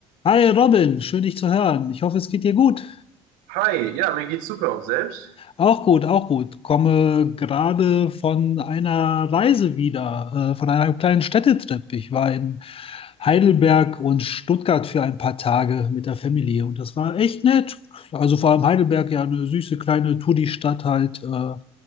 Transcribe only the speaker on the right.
Hi, ja, mir geht's super und selbst?